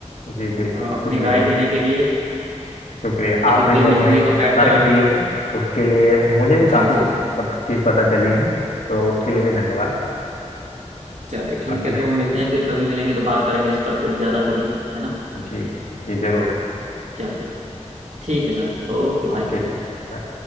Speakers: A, on the left; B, on the right.
A: जी बिल्कुल
B: अ, अपनी
A: शुक्रिया
B: राय देने के लिए
A: शुक्रिया
B: कभी
A: आपने
B: फिर
A: जो
B: मिलेंगे
A: अपने
B: तो बैठकर
A: तर्क दिए हैं उसके लिए मुझे भी
B: जी
A: काफ़ी
B: जी जी
A: पत, चीज़ पता चली है तो उसके लिए भी धन्यवाद
B: चलिए ठीक
A: बाकी
B: है तो मिलते हैं फिर कभी मिलेंगे तो बात करेंगे इस पर फिर ज़्यादा कभी है ना
A: जी जी ज़रूर
B: चलिए ठीक है सर ओके
A: ओके
B: बाय
A: जी बाय